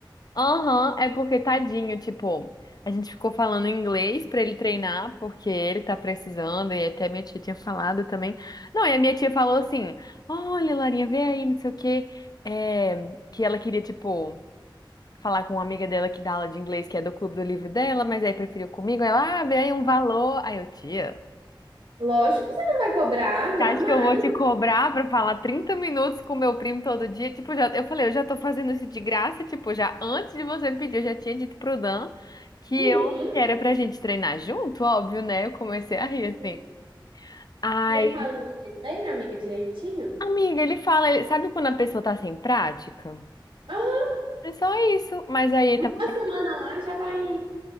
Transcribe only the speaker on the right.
Lógico que você não vai cobrar,
jamais.
Sim.
Sim.
E ele fala inglês bem, amiga, direitinho?
Aham,
uma
semana lá já vai.